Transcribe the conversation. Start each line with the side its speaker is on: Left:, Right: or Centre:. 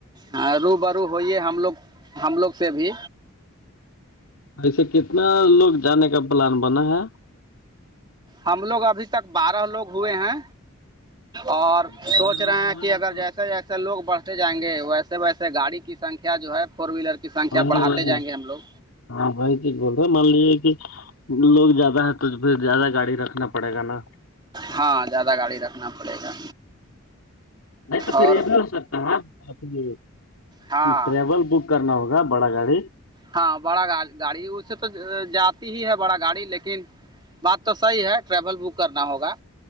Right: ہاں رو برو ہوئیے ہم لوگ ہم لوگ سے بھی
Left: ایسے کتنا لوگ جانے کا پلان بنا ہے
Right: ہم لوگ ابھی تک بارہ لوگ ہوئے ہیں اور
Left: بارہ
Right: سوچ رہے
Left: لوگ ہوئے
Right: ہیں کہ اگر
Left: تو
Right: جیسے جیسے سے لوگ بڑھتے جائیں گے ویسے ویسے گاڑی کی سنکھیا جو ہے فور ویلر کی سنکھیا
Left: وہی
Right: بڑاتے
Left: وہی
Right: جائیں گے ہم لوگ
Left: ہاں بھائی یک بول رہے مان لیے کہ لوگ زیادہ ہے تو پھر زیادہ گاڑی رکھنا پڑے گا نا
Right: ہاں زیادہ گاڑی رکھنا پڑے گا
Left: نہیں تو پھر
Right: اور
Left: یہ بھی ہو سکتا ہے
Right: ہاں
Left: ٹریول بک کرنا ہوگا بڑا گاڑی
Right: ہاں بڑا گاڑ گاڑی اس سے تو جاتی ہی ہے بڑا گاڑی لیکن بات تو صحیح ہے ٹریول بک کرنا ہوگا